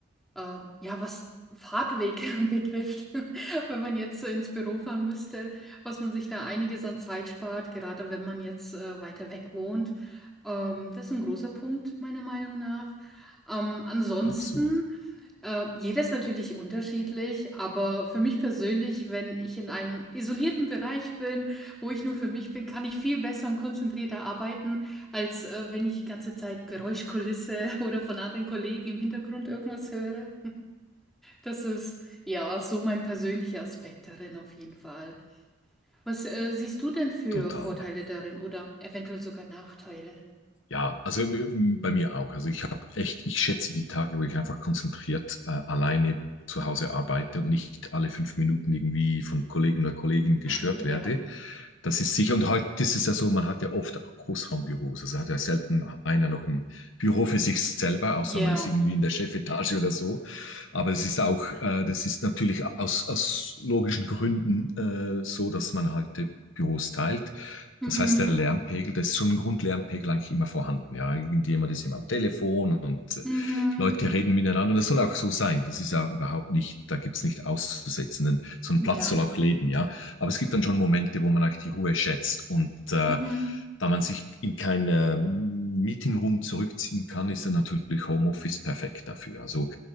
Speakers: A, in the centre; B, on the left.
A: ähm, ja, was Fahrtweg <laughs> betrifft, <laughs> wenn man jetzt äh, ins Büro fahren müsste, was man sich da einiges an Zeit spart, gerade wenn man jetzt äh, weiter weg wohnt. Ähm, das ist ein großer Punkt meiner Meinung nach. Ähm, ansonsten
B: Absolut,
A: Äh, jeder ist natürlich unterschiedlich, aber für mich persönlich, wenn ich in einem isolierten Bereich bin, wo ich nur für mich bin, kann ich viel besser und konzentrierter arbeiten, als äh, wenn ich die ganze Zeit Geräuschkulisse <laughs> oder von anderen Kollegen im Hintergrund irgendwas höre. Das ist ja so mein persönlicher Aspekt darin auf jeden Fall. Was äh, siehst du denn für
B: total.
A: Vorteile
B: ja.
A: darin oder eventuell sogar Nachteile?
B: Ja, also ähm, bei mir auch. Also ich habe echt, ich schätze die Tage, wo ich einfach konzentriert äh, alleine zu Hause arbeite und nicht alle fünf Minuten irgendwie von Kollegen oder Kolleginnen gestört
A: <laughs>
B: werde. Das ist sicher. Und heute ist es ja so, man hat ja oft auch Großraumbüros. Also hat ja selten einer noch ein Büro für sich selber, außer
A: Ja,
B: man
A: ja,
B: ist irgendwie in der Chefetage oder so. Aber es ist auch, äh, das ist natürlich aus, aus logischen Gründen äh, so, dass man halt äh, Büros teilt.
A: mhm,
B: Das heißt, der Lärmpegel, das ist schon ein Grundlärmpegel eigentlich immer vorhanden. Ja, irgendjemand ist immer am Telefon und äh,
A: mhm,
B: Leute reden miteinander. Und das soll auch so sein. Das ist ja überhaupt nicht, da gibt's nicht auszusetzen. Denn so ein
A: ja,
B: Platz soll auch leben, ja. Aber es gibt dann schon Momente, wo man eigentlich die Ruhe schätzt. Und äh,
A: mhm.
B: da man sich in keinen Meetingroom zurückziehen kann, ist dann natürlich Homeoffice perfekt dafür. Also,